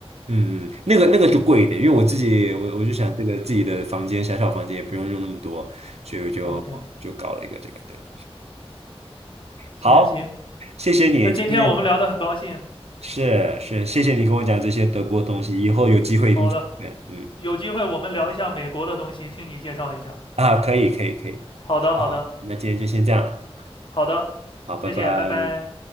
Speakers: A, on the right; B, on the left.
A: 嗯，嗯，那个那个就贵一点，因为我自己我我就想这个自己的房间小小房间也不用用那么多，所以我就就搞了一个这个，
B: OK，
A: 对，
B: 行行，
A: 好，谢谢你今天。
B: 那今天我们聊得很高兴。
A: 是是，谢谢你跟我讲这些德国东西，以后有机会一定去看嗯，
B: 好的，有机会我们聊一下美国的东西，听你介绍一下。
A: 啊，可以可以可以，
B: 好的，
A: 好，
B: 好的，
A: 那今天就先这样，
B: 好的，
A: 好，拜拜。
B: 谢谢，拜拜。